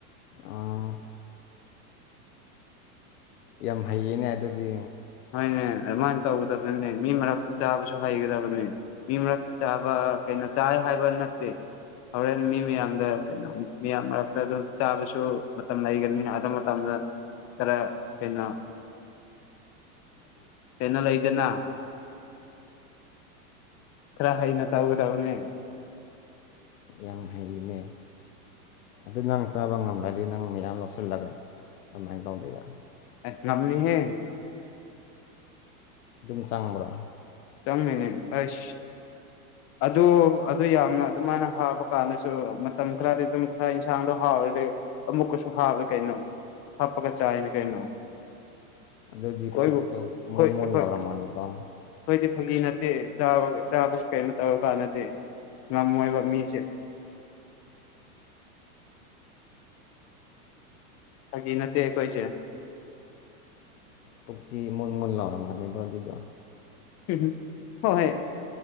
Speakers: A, on the left; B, on the left.
A: ꯑꯥ ꯌꯥꯝ ꯍꯩꯌꯦꯅꯦ ꯑꯗꯨꯗꯤ
B: ꯍꯣꯏꯅꯦ ꯑꯗꯨꯃꯥꯏꯅ ꯇꯧꯒꯗꯕꯅꯤꯅꯦ ꯃꯤ ꯃꯔꯛꯇ ꯆꯥꯕꯁꯨ ꯍꯩꯒꯗꯕꯅꯦ ꯃꯤ ꯃꯔꯛꯇ ꯆꯥꯕ ꯀꯩꯅꯣ ꯆꯥꯏ ꯍꯥꯏꯕ ꯅꯠꯇꯦ ꯍꯣꯔꯦꯟ ꯃꯤ ꯃꯌꯥꯝꯗ ꯀꯩꯅꯣ ꯃꯤꯌꯥꯝ ꯃꯔꯛꯇ ꯑꯗꯨꯝ ꯆꯥꯕꯁꯨ ꯃꯇꯝ ꯂꯩꯒꯅꯤ ꯑꯗꯨ ꯃꯇꯝꯗ ꯏ ꯀꯩꯅꯣ
A: ꯎ
B: ꯄꯅ ꯂ ꯏꯗꯦꯅ ꯈꯔ ꯍꯩꯅ ꯇꯧꯒꯗꯕꯅꯦ
A: ꯌꯥꯝ ꯍꯩꯅꯦ ꯑꯗꯨ ꯅꯪ ꯆꯥꯕ ꯉꯝꯗ꯭ꯔꯗꯤ ꯅꯪ ꯃꯌꯥꯝ ꯂꯧꯁꯤꯜꯂꯒ ꯀꯃꯥꯏꯅ ꯇꯧꯗꯣꯏꯕ
B: ꯑꯦꯁ ꯉꯝꯅꯤꯍ
A: ꯑꯗꯨꯝ ꯆꯪꯕ꯭ꯔꯣ
B: ꯆꯪ ꯃꯅꯦ ꯑꯁ ꯑꯗꯨ ꯑꯗꯨ ꯌꯥꯝꯅ ꯑꯗꯨꯃꯥꯏꯅ ꯍꯥꯕ ꯀꯥꯟꯗꯁꯨ ꯃꯇꯝ ꯈꯔꯗꯤ ꯑꯗꯨꯝ ꯈꯔ ꯌꯦꯟꯁꯥꯡꯗꯣ ꯍꯥꯎꯔꯗꯤ ꯑꯃꯨꯛꯀꯁꯨ ꯍꯥꯞꯋꯦ ꯀꯩꯅꯣ ꯍꯥꯞꯄꯒ ꯆꯥꯏꯅ ꯀꯩꯅꯣ
A: ꯑꯗꯨꯗꯤ
B: ꯈꯣꯏꯕꯨ
A: ꯄꯨꯛꯇꯣ
B: ꯑꯩꯈꯣꯏ
A: ꯃꯣꯟ
B: ꯑꯩꯈꯣꯏ
A: ꯃꯣꯟꯣꯟ ꯂꯧꯔꯝꯃꯅꯦꯕꯣ
B: ꯑꯩꯈꯣꯏꯗꯤ ꯐꯒꯤ ꯅꯠꯇꯦ ꯆꯥꯕ ꯆꯥꯕ ꯀꯩꯅꯣ ꯇꯧꯔ ꯀꯥꯟꯗꯗꯤ ꯉꯝꯃꯣꯏꯕ ꯃꯤꯁꯦ ꯐꯒꯤ ꯅꯠꯇ ꯀꯣꯏꯁ
A: ꯄꯨꯛꯇꯤ ꯃꯨꯣꯟ ꯃꯨꯟ ꯂꯥꯎꯔꯝꯒꯅꯦꯕ ꯑꯗꯨꯗ
B: ꯎꯝꯝ ꯍꯣꯏ ꯍꯣꯏ